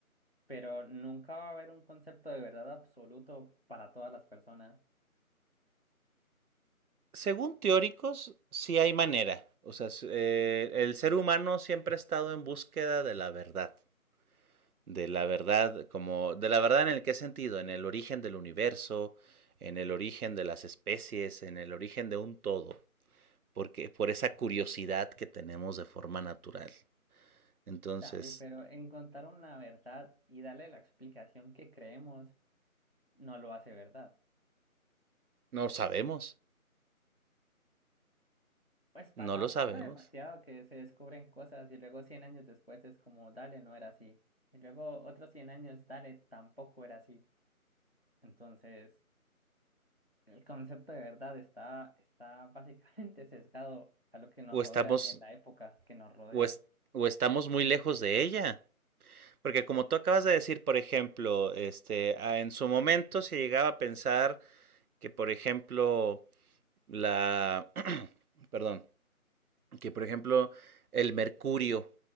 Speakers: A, on the left (about 45°); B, on the right (about 80°).
A: pero nunca va a haber un concepto de verdad absoluto para todas las personas.
B: Según teóricos, sí hay manera. O sea, eh, el ser humano siempre ha estado en búsqueda de la verdad, de la verdad como, de la verdad en el qué sentido, en el origen del universo, en el origen de las especies, en el origen de un todo, porque por esa curiosidad que tenemos de forma natural. Entonces,
A: Dale, pero encontrar una verdad y darle la explicación que creemos no lo hace verdad.
B: No sabemos,
A: Pues pasa,
B: no lo sabemos.
A: pasa demasiado que se descubren cosas y luego 100 años después es como, dale, no era así. Y luego otros 100 años, dale, tampoco era así. Entonces... El concepto de verdad está, está básicamente <laughs> sesgado a lo que nos
B: O estamos,
A: rodea en la época que nos rodea.
B: o, es- o estamos muy lejos de ella. Porque como tú acabas de decir, por ejemplo, este, a- en su momento se llegaba a pensar que, por ejemplo, la, <clears throat> perdón, que por ejemplo el mercurio,